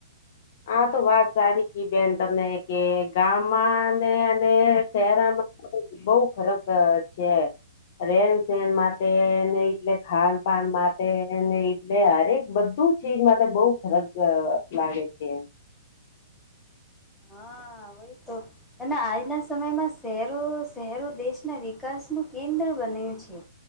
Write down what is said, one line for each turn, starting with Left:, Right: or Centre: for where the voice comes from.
Left: આા તો વાત સારી ક બેન તમને કે ગામમાં અને શહેરમાં બઉ ફરક છે રેન સેન માટેને એટલે ખાન પાાન માટે એટલે અરે બધું છે એજ મા બહુ ફરક લાગે છે એમ
Centre: હા હોય તો અને આજના સમયમાં શહેરો શહેરો દેશના વિકાસનુંું કેન્દ્ર બન્યું છે